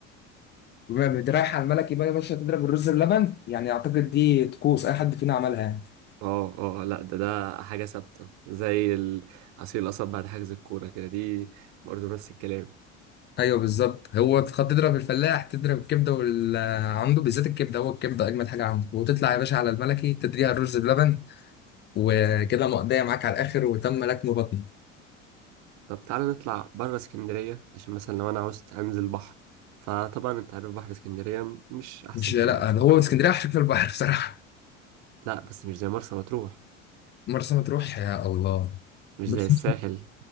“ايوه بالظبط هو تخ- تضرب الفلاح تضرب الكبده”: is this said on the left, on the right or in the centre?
Left